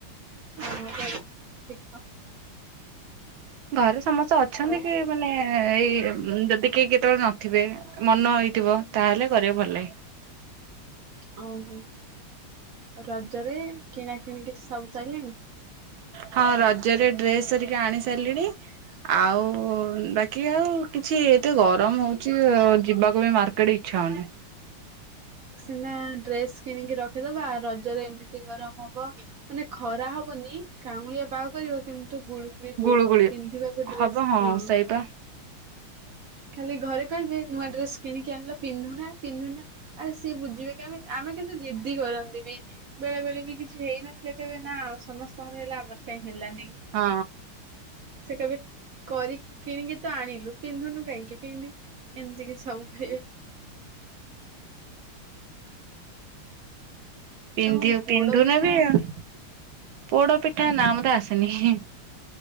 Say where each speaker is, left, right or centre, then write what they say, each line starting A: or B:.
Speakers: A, on the right (about 55°); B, on the right (about 70°).
A: ହଁ ଭଲ ଭଲ ଶିଖ।
B: ଘରେ ସମସ୍ତେ ଅଛନ୍ତି
A: ଆଉ
B: କି? ମାନେ ଏଇ ଯଦି କେହି କେତେବେଳେ ନଥିବେ ମନ ହେଇଥିବ ତାହେଲେ କରିବା ଭଲ ଲାଗେ।
A: ଓହୋ ରଜରେ କିଣା କିିଣିିକି ସବୁ ଚଳିଲାଣି।
B: ହଁ ରଜରେ ଡ୍ରେସ ହେରିକ ଆଣି ସାରିଲିଣି। ଆଉ ବାକି ଆଉ କିଛି ଏତେ ଗରମ ହଉଛି ଯିବାକୁ ବି ମାର୍କେଟଇ ଆଚ୍ଛା ହଉନି।
A: ସିନା ଡ୍ରେସ କିଣିକି ରଖିଦବା ରଜରେ ଏମିତି ଗରମ ହବ। ମାନେ ଖରା ହବନି କାଉଁଳିଆ ପାଗ କରିବ କିନ୍ତୁ ଗୁଳୁ ବହୁତ
B: ଗୁଳୁଗୁଳି
A: ହବା ପିନ୍ଧିବାକୁ ଡ୍ରେସ
B: ହବ
A: ହଁ।
B: ସେଇପା
A: ଖାଲି ଘରେ କହିବେ ନୂଆ ଡ୍ରେସ୍ କିଣିକି ଆଣିଲ ପିନ୍ଧୁନା ପିନ୍ଧୁନା। ଆଉ ସିଏ ବୁଝିବେ କେମିତି ଆମେ କିନ୍ତୁ ଜିଦ୍ଦି କରନ୍ତି ବି ବେଳେ ବେଳେ ବି କିଛି ହେଇନଥିଲେ କେବେ ନା ଆ ସମସ୍ତଙ୍କର ହେଲା ଆମର କାଇହିଁ ହେଲାନି।
B: ହଁ।
A: ସେଇଟା ବି କରି କିଣିକି ତ ଆଣିଲୁ ପିନ୍ଧୁନୁ କାହିଁକି ପିନ୍ଧି ଏମିତି କି ସବୁ ହୁଏ।
B: ପିନ୍ଧିବ
A: ତମକୁ ପୋଡ
B: ପିନ୍ଧୁନ
A: ପିଠା
B: ବି
A: ଆସେ
B: ଆଉ। ପୋଡ ପିଠା ନା ମତେ ଆସେନି ହିଁ